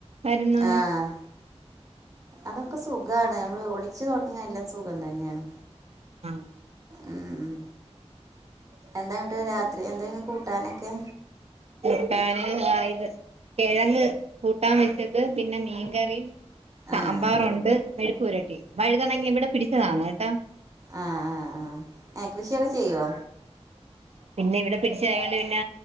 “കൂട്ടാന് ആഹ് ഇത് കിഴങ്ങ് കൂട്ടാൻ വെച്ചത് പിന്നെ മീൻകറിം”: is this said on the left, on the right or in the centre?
Right